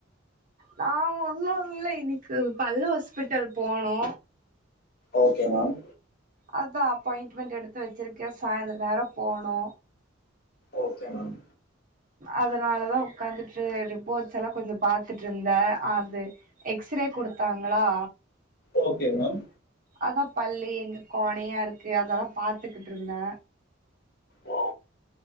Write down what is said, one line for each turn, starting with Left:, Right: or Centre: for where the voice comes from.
Right: நா ஒன்னு இல்ல இன்னிக்கு பல் ஹாஸ்பிட்டல் போனு
Left: ஓகே மேம்
Right: அதா அப்பாயிண்ட்டுமென்ட் எடுத்து வெச்சிருக்க சாயந்தர நேரோ போனு
Left: ஓகே மேம்
Right: அதனாலதா உக்காந்துட்டு ரிப்போர்ட்ஸ் எல்லா கொஞ்சோ பாத்துட்டுருந்த அது எக்ஸ்ரே குடுத்தாங்ளா
Left: ஓகே மேம்
Right: அதா பள்ளி எங்க கோணையா இருக்கு அதெல்லா பாத்துகிட்டு இருந்த
Left: ஓ